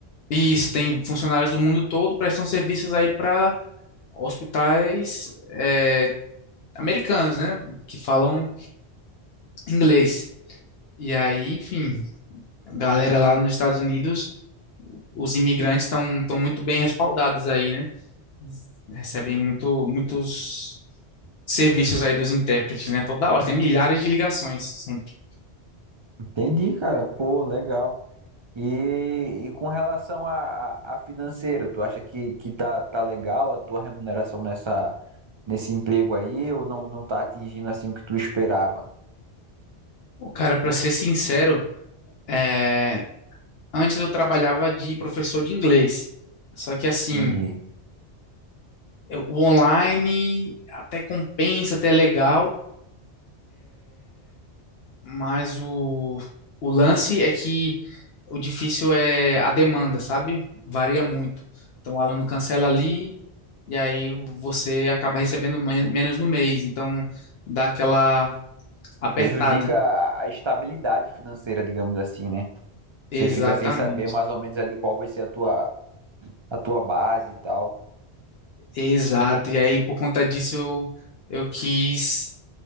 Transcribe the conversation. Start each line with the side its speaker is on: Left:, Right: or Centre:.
Left: E Isso, tem funcionários do mundo todo prestam serviços aí para hospitais é, americanos, né? Que falam inglês. E aí, enfim, a galera lá nos Estados Unidos, os imigrantes estão estão muito bem respaldados aí, né? Recebem muito, muitos serviços aí dos intérpretes, né? Toda hora, tem milhares de ligações sempre.
Right: Entendi, cara. Pô, legal. E, e com relação a, a, a financeiro, tu acha que, que tá, tá legal a tua remuneração nessa, nesse emprego aí, ou não, não tá atingindo assim o que tu esperava?
Left: O cara, para ser sincero, é, antes eu trabalhava de professor de inglês. Só que assim,
Right: Entendi.
Left: É, O online até compensa, até é legal, mas o, o lance é que o difícil é a demanda, sabe? Varia muito. Então o aluno cancela ali e aí você acaba recebendo men- menos no mês. Então dá aquela apertada.
Right: Prejudica a estabilidade financeira, digamos assim, né?
Left: Exatamente.
Right: Você fica sem saber mais ou menos ali qual vai ser a tua, a tua base e tal.
Left: Exato. E aí por conta disso eu, eu quis